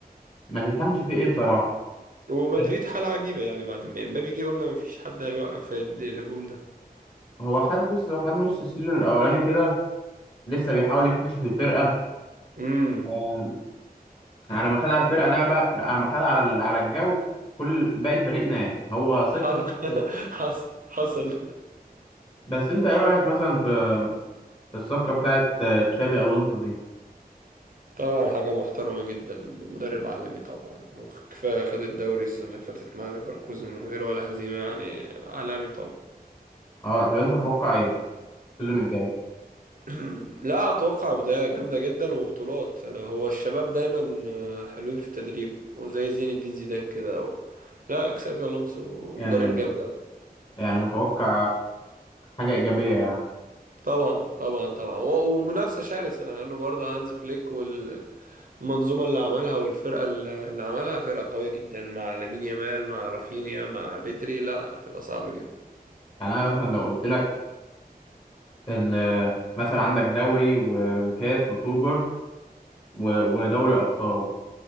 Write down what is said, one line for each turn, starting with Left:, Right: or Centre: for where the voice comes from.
Left: ما تفهمش فيه ايه بصراحه
Right: ومدريد
Left: بس
Right: حاله عجيبه يعني بعد ما امبابي جه قلنا مفيش حد هيوقف الد- الهجوم ده
Left: هو خد بص هو خد نص السيزون الاولاني كده لسه بيحاول يكتشف الفرقه
Right: امم
Left: آه، على ما خد على الفرقه لا بقى على ما خد على ال- على الجو كل باقي الفريق نام هو صحي
Right: <laughs>
Left: وبقى.
Right: حصل حصل
Left: بس انت ايه رايك مثلا في في الصفقه بتاعت آه، تشابي الونسو دي
Right: طبعا حاجه محترمه جدا مدرب عالمي طبعا وكفايه خد الدوري السنه اللي فاتت مع ليفركوزن من غير ولا هزيمه يعني عالمي طبعا
Left: اه طب انت تتوقع ايه السيزون الجاي
Right: <clears throat> لا اتوقع بداية جامدة جدا وبطولات هو الشباب دايما آه، حلوين في التدريب وزي زين الدين زيدان كده و... لا اكسابي الونسو
Left: يعني
Right: مدرب جامد قوي
Left: يعني متوقع حاجة إيجابية يعني
Right: طبعا طبعا طبعا و- ومنافسة شرسة لانه يعني برضه هانز فليك والمنظومة اللي عملها والفرقة اللي اللي عملها فرقة قوية جدا مع لامين يامال مع رافينيا مع بدري لا هتبقى صعبة جدا
Left: يعني أنا مثلا لو قلت لك ال- مثلا عندك دوري و- وكاس وسوبر و- ودوري أبطال